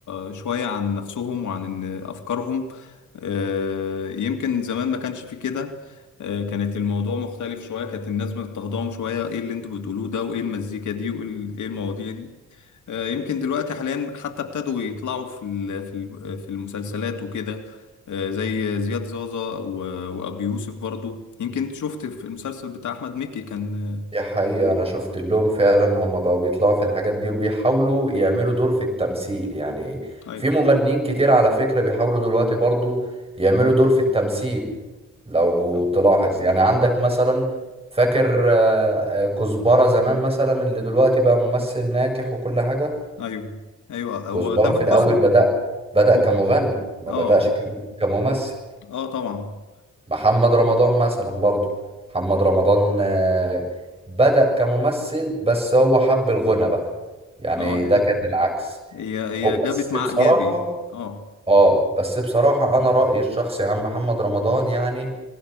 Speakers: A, on the left; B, on the right.
A: آه، شويه عن نفسهم وعن إن افكارهم آه، يمكن زمان ما كانش في كده آه، كانت الموضوع مختلف شويه كانت الناس مضطهداهم شويه ايه اللي انتوا بتقولوه ده وايه المزيكا دي وايه ال- إيه المواضيع دي آه، يمكن دلوقتي حاليا حتى ابتدوا يطلعوا في ال- في ال- في المسلسلات وكده آه، زي زياد زازا و- وأبو يوسف برضو يمكن شفت في المسلسل بتاع أحمد مكي كان آه،
B: دي حقيقة أنا شفت لهم فعلا هم بقوا بيطلعوا في الحاجات دي وبيحاولوا يعملوا دور في التمثيل يعني
A: أيوه
B: في مغنيين كتير على فكرة بيحاولوا دلوقتي برضو يعملوا دور في التمثيل لو
A: آه،
B: تلاحظ يعني عندك مثلا فاكر آه، آه، كزبرة زمان مثلا اللي دلوقتي بقى ممثل ناجح وكل حاجة
A: أيوه أيوه هو
B: كزبرة
A: تامر
B: في الأول
A: حسني
B: بدأ بدأ
A: هو-
B: كمغني ما
A: أه
B: بدأش كم- كممثل
A: أه طبعا
B: محمد رمضان مثلا برضو محمد رمضان آه، بدأ كممثل بس هو حب الغنى بقى يعني
A: أه
B: ده
A: هي
B: كان العكس
A: هي هي
B: هو
A: جابت
B: بس
A: مع
B: بصراحة
A: إيجابي أه
B: اه بس بصراحة انا رأيي الشخصي عن محمد رمضان يعني